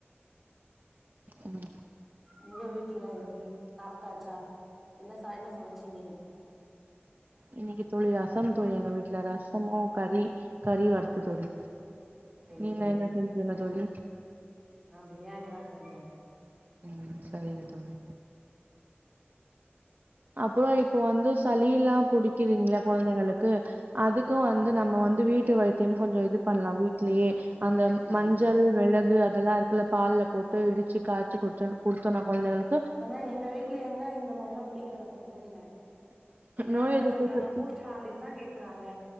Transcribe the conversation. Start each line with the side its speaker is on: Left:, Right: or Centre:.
Right: ம்
Centre: உங்க வீட்லலாம் எப் ப்டி சாப்ட்டாச்சா என்ன சா என்ன சமைச்சீங்க இன்னிக்கி
Right: இன்னக்கி தோழி ரசம் தோழி எங்க வீட்ல ரசமு கறி கறி வறுத்து தோழி
Centre: சரி
Right: நீங்க
Centre: தோழி
Right: என்ன செஞ்ச <unintelligible> தோழி
Centre: ப்ரியாணிதான் செஞ்சன்
Right: ம் சரிங்க தோழி அப்றொம் இப்ப வந்து சளில்லாம் புடிக்கிதுங்கள கொலந்தைகளுக்கு அதுக்கும் வந்து நம்ம வந்து வீட்டு வைத்தியம் கொஞ்சொம் இது பண்லாம் வீட்லயே அந்த
Centre: ம்
Right: மஞ்சள் மெளகு அத் தெல்லாருக்குல பால்ல போட்டு இடுச்சு காச்சு குடுச்சோன குடுத்தோனா கொலந்தைகளுக்
Centre: ஆனா எங்க வீட்ல எங்க இந்த மாரிலா குடிகிறாங்க அத நீங்க வேணாணு
Right: நோய்
Centre: தான
Right: எதிர்ப்பு
Centre: சொல்றாங்க
Right: சக்தி
Centre: பூஸ்ட் ஹார்லிகஸ் தா கேக்குறாங்க